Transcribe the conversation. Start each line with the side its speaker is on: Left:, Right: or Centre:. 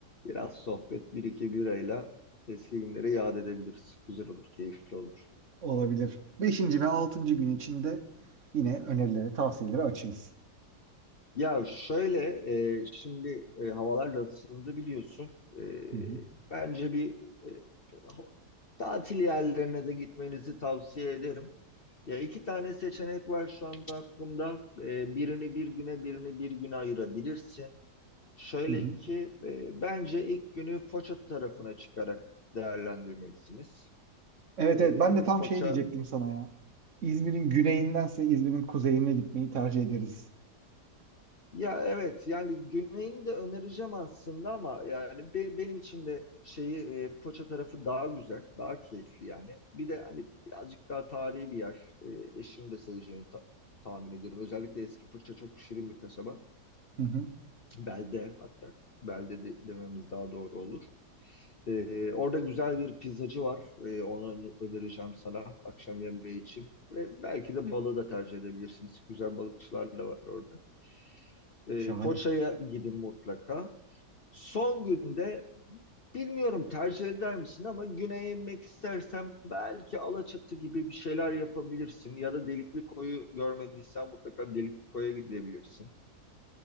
Left: biraz sohbet, bir iki birayla eski günleri yad edebiliriz. Güzel olur, keyifli olur.
Right: Olabilir. Beşinci ve altıncı gün içinde yine önerileri, tavsiyeleri açığız.
Left: Ya şöyle e, şimdi e, havalar da ısındı biliyorsun. E,
Right: Hı hı.
Left: bence bir e, ha- tatil yerlerine de gitmenizi tavsiye ederim. Ya iki tane seçenek var şu anda aklımda. E, birini bir güne, birini bir güne ayırabilirsin. Şöyle
Right: Hı hı.
Left: ki e, bence ilk günü Foça tarafına çıkarak değerlendirmelisiniz.
Right: Evet,
Left: E,
Right: evet. Ben de tam
Left: Foça
Right: şey diyecektim sana ya. İzmir'in güneyindense İzmir'in kuzeyine gitmeyi tercih ederiz.
Left: Ya evet yani Güney'ini de önereceğim aslında ama yani be- benim için de şeyi e, Foça tarafı daha güzel, daha keyifli yani. Bir de hani birazcık daha tarihi bir yer. E, eşim de seveceğini ta- tahmin ediyorum. Özellikle eski Foça çok şirin bir kasaba.
Right: Hı hı.
Left: Belde hatta belde de- dememiz daha doğru olur. E, orada güzel bir pizzacı var. E, onu ö- önereceğim sana akşam yemeği için. Ve belki de balığı da tercih edebilirsiniz. Güzel balıkçılar da var orada. E,
Right: Şahane.
Left: Foça'ya gidin mutlaka. Son günde bilmiyorum tercih eder misin ama güneye inmek istersen belki Alaçatı gibi bir şeyler yapabilirsin. Ya da Delikli Koyu görmediysen mutlaka Delikli Koy'a gidebilirsin.